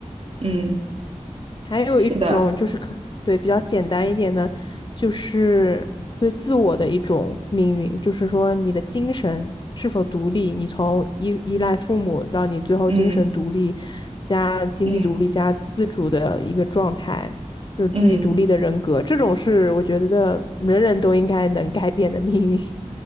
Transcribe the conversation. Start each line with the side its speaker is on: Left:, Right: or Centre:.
Right: 嗯，
Left: 还有一种就是可，
Right: 是的。
Left: 对，比较简单一点的，就是对自我的一种命运，就是说你的精神是否独立，你从依依赖父母到你最后精神独立加经济独立加自主的一个状态，
Right: 嗯嗯
Left: 有自己独立的人格，
Right: 嗯
Left: 这种是我觉得人人都应该能改变的命运，